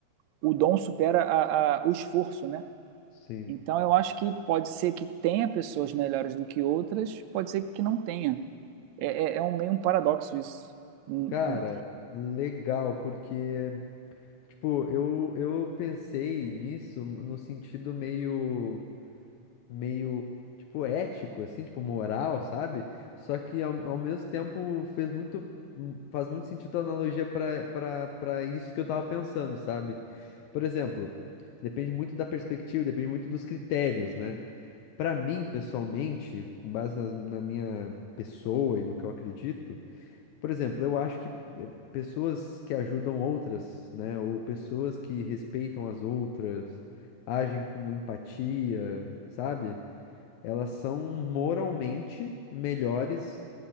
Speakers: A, on the right (about 80°); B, on the left (about 75°).
A: o dom supera a, a, o esforço, né?
B: Sim.
A: Então eu acho que pode ser que tenha pessoas melhores do que outras, pode ser que não tenha. É, é, é um meio um paradoxo isso. Hum,
B: Cara,
A: hum.
B: legal, porque, tipo, eu, eu pensei nisso no sentido meio. meio, tipo, ético, assim, tipo, moral, sabe? Só que ao, ao mesmo tempo fez muito, hum, faz muito sentido a analogia para para para isso que eu tava pensando, sabe? Por exemplo, depende muito da perspectiva, depende muito dos critérios, né? Pra mim, pessoalmente, com base nas- na, minha pessoa e no que eu acredito, por exemplo, eu acho que eh, pessoas que ajudam outras, né, ou pessoas que respeitam as outras, agem com empatia, sabe? elas são moralmente melhores